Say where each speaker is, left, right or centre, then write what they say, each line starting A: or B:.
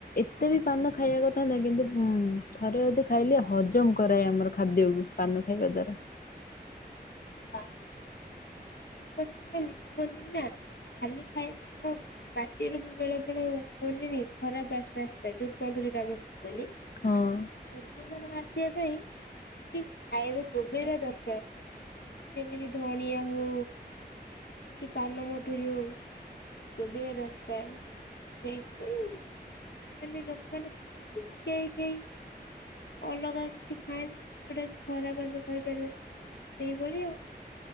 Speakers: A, on the left; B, on the left.
A: ଏତେ ବି ପାନ ଖାଇବା କଥା ନାହିଁ କିନ୍ତୁ ଥରେ ଅଦେ ଖାଇଲେ ହଜମ କରାଏ ଆମର ଖାଦ୍ୟକୁ ପାନ ଖାଇବା ଦ୍ଵାରା।
B: ଆମ ଜାଣ ହଜମ କଥାିଲ <unintelligible> ନିର୍ମହନ୍ଦିନ ନା ଖାଲି ଖାଇବା ଆମ ପାଟିରୁ ବି ବେଳେ ବେଳେ କୁହନ୍ତିନି ଖରାପ ବାସ୍ନା ଆସିଥାଏ ଦୁର୍ଗନ୍ଧ ଯୋଉଟା ଆମେ କୁହେ ଦୁର୍ଗନ୍ଧ
A: ହଁ
B: ନ ସେ <unintelligible> ପାଇଁ କିଛି ଖାଇବା ଚୋବେଇବା ଦରକାର। ଯେମିତି ଧଣିଆ ହଉ କି ପାନମଧୁରୀ ହଉ ଚୋବେଇ। ବା ଦରକାର ସେଇଥିପାଇଁ ମାନେ ଲୋକମାନେ ଖାଆନ୍ତି କେହି କେହି ଅଲଗା କିଛି ଖାଆନ୍ତି ଯୋଉଟା କି ଖରାପ ଆମେ କହିପାରିବା। ଏଇଭଳି ଆଉ।